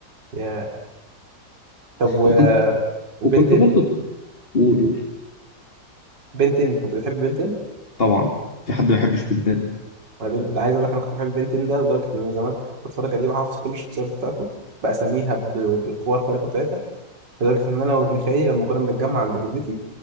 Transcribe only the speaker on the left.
وكنت
وكنت برضه بقول قول.
طبعا في حد ما بيحبش بنتان